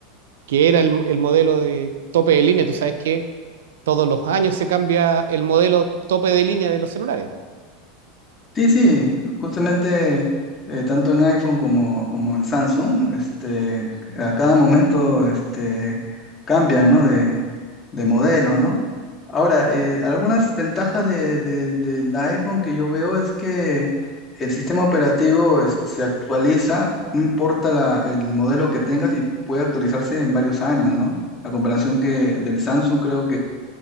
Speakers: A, on the right; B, on the left.
A: que era el, el modelo de tope de línea, tú sabes que todos los años se cambia el modelo tope de línea de los celulares.
B: Sí, sí, justamente eh, tanto en iPhone como, como en Samsung, este, a cada momento este, cambian, ¿no? de, de modelo, ¿no? Ahora, eh, algunas ventajas de, de- del iPhone que yo veo es que el sistema operativo es- se actualiza, no importa la- el modelo que tengas y puede actualizarse en varios años, ¿no? A comparación que del Samsung creo